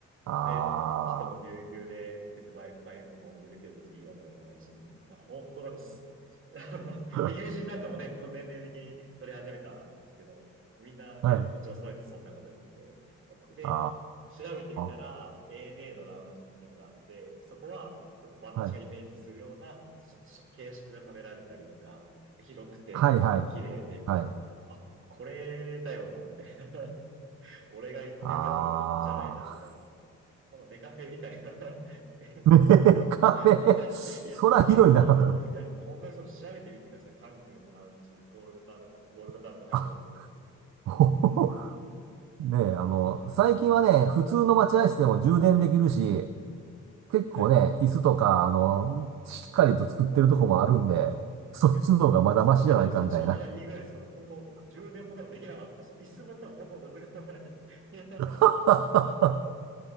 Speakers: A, on the right; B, on the right.
A: あ
B: で、人もぎゅうぎゅうで、別に Wi-Fi も飛んでるけど、別にいいわけでもないし、な本当ならす、<laughs>
A: あ。
B: 友人なんかもね、
A: <laughs>
B: と年齢的に取り始めたんですけど、みんなね、
A: はい。
B: 土地を揃えてそんなこと言ってて、で、
A: あ
B: 調べてみたら、
A: あ。
B: ANA のラウンジっていうのがあって、そこは、ちょっと私がイメージするような、
A: はい。
B: ちょっと形式が食べられたりとか、広くて、
A: はい、
B: みたいな、
A: はい。
B: 綺麗で、みたいな。
A: はい。
B: あ、これだよな、みたいな。<laughs> 俺が言ってるのはこれなんじゃないな、
A: ああ。
B: みたいな。このネカフェみたいな <laughs> スペースなんで。
A: <laughs> ねえ、壁。
B: <laughs>
A: そらひどいな。
B: いや、本当にそうです。いや、本当にそうです。調べてみてください。関空のラウンジ、ゴールドカードか、ゴールドカードが入るようなやつ。
A: <laughs> あ、おほほねえ、あの、
B: もうほん
A: 最近はね、普通の待合室でも充電できるし、結構ね、
B: はい。
A: 椅子とか、あの、しっかりと作ってるとこもあるんで、そっちの方がまだマシじゃないかみたいな。
B: いや、そう。いや、多分そっちの方がまだいいぐらいです。多分本当、充電も多分できなかったし、椅子も多分本当ろくでもない。<laughs> いや
A: <laughs>